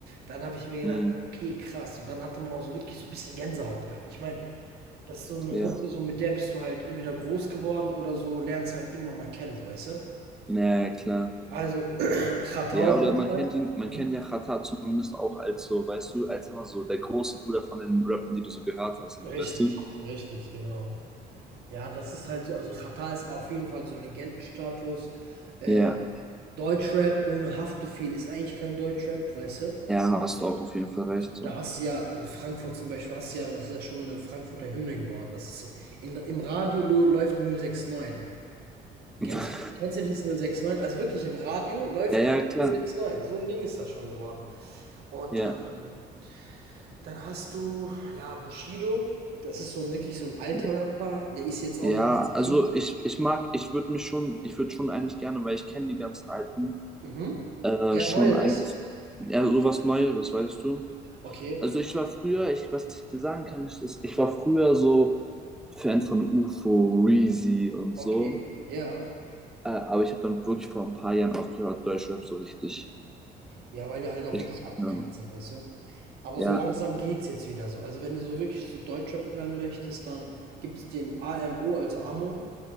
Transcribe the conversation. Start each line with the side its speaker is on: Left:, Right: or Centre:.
Right: Dann habe ich mir gedacht:
Centre: Hm,
Right: „Okay, krass.“ Und dann hatte man auch so wirklich so ein bisschen Gänsehaut gehabt. Ich meine, das ist so eine
Centre: ja.
Right: Mucke, so mit der bist du halt entweder groß geworden oder so lernst halt irgendwann mal kennen, so, weißt du?
Centre: Na ja, klar.
Right: Also, <clears throat> Chata
Centre: Ja,
Right: auf
Centre: oder
Right: jeden
Centre: man
Right: Fall.
Centre: kennt ihn, man
Right: Mhm.
Centre: kennt ja Xatar zumindest auch als so, weißt du, als immer so der große Bruder von den Rappern, die du so gehört hast und
Right: Richtig,
Centre: so, weißt du?
Right: richtig, genau. Ja, das ist halt so, also Xatar ist auf jeden Fall so Legendenstatus. Ähm,
Centre: Ja,
Right: Deutschrap ohne Haftbefehl ist eigentlich kein Deutschrap, weißt du?
Centre: ja, hast du auch auf jeden Fall recht.
Right: So,
Centre: So.
Right: da hast du ja in Frankfurt zum Beispiel, hast du ja, das ist ja schon eine Frankfurter Hymne geworden. Das ist ja- in, im Radio lo- läuft 069.
Centre: <laughs>
Right: Kennst, kennst du dieses 069? Also wirklich im Radio läuft
Centre: Ja, ja,
Right: manchmal
Centre: klar.
Right: 069. So ein Ding ist das schon geworden. Und
Centre: Ja,
Right: ähm, Dann hast du, ja, Bushido. Das ist so ein wirklich so ein alter
Centre: ja.
Right: Rapper. Der ist jetzt
Centre: Ja,
Right: auch nicht mehr aktiv.
Centre: also ich, ich mag, ich würde mich schon, ich würde schon eigentlich gerne, weil ich kenne die ganzen alten,
Right: Mhm.
Centre: äh,
Right: Ja,
Centre: schon
Right: neueres?
Centre: eigentlich, ja, sowas Neueres, weißt du?
Right: Okay,
Centre: Also ich war früher, ich, was ich dir sagen kann, ich, ist, ich war früher so Fan von UFO, Reezy und so.
Right: okay, ja.
Centre: Äh, aber ich habe dann wirklich vor ein paar Jahren aufgehört, Deutschrap so richtig,
Right: Ja, weil die halt auch
Centre: richtig,
Right: wirklich abgekackt
Centre: ähm,
Right: sind, weißt du? Aber
Centre: ja,
Right: so langsam geht's jetzt wieder so. Also, wenn du so wirklich so Deutschrap hören möchtest, dann gibt's den AMO, also Amo.